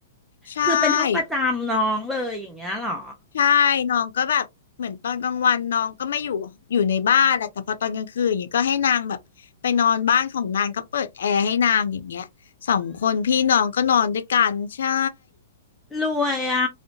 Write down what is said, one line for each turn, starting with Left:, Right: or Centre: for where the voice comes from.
Left: ใช่
Centre: คือเป็นห้องประจำน้องเลยอย่างเงี้ยเหรอ
Left: ใช่น้องก็แบบเหมือนตอนกลางวันน้องก็ไม่อยู่อยู่ในบ้านแหละแต่พอตอนกลางคืนอย่างเงี้ยก็ให้นางแบบไปนอนบ้านของนางก็เปิดแอร์ให้นางอย่างเงี้ยสองคนพี่น้องก็นอนด้วยกันใช่
Centre: รวยอ่ะ